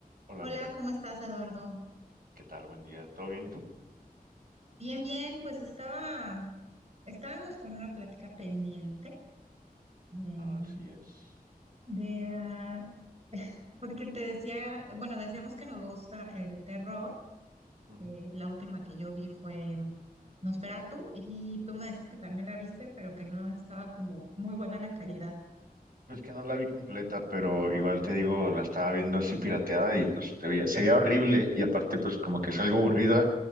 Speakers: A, on the right; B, on the right.
A: Hola
B: Hola,
A: Miriam,
B: ¿cómo estás, Eduardo?
A: ¿qué tal? Buen día. ¿Todo bien? ¿Y tú?
B: Bien, bien, pues estaba, estábamos con una plática pendiente eh,
A: Así es.
B: de, ah, porque te decía, bueno, decíamos que nos gusta el terror.
A: Ujú.
B: eh, la última que yo vi fue Nosferatu y tú me decías que también la viste, pero que no estaba como muy buena la calidad.
A: Es que no la vi completa, pero igual te digo, la estaba viendo así pirateada y pues te veía- se veía horrible y aparte pues como que es algo aburrida